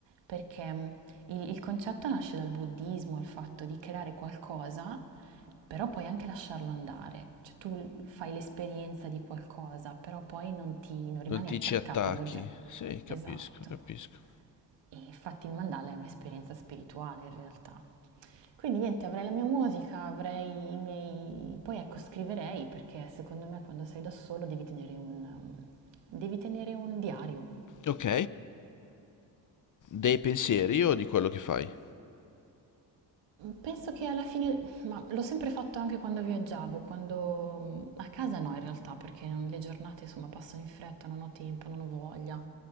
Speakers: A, on the right; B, on the left.
A: perché mh, il, il concetto nasce dal buddismo, il fatto di creare qualcosa, però puoi anche lasciarlo andare. Cioè tu l- fai l'esperienza di qualcosa, però poi non ti, non rimani
B: Non ti
A: attaccato
B: ci attacchi?
A: all'oggetto.
B: Sì, capisco,
A: Esatto.
B: capisco.
A: E infatti il mandala è un'esperienza spirituale in realtà. Quindi niente, avrei la mia musica, avrei i miei... Poi ecco, scriverei perché secondo me quando sei da solo devi tenere un, devi tenere un diario.
B: Ok, dei pensieri o di quello che fai?
A: Penso che alla fine, ma l'ho sempre fatto anche quando viaggiavo, quando mm, a casa no in realtà, perché non- le giornate insomma passano in fretta, non ho tempo, non ho voglia.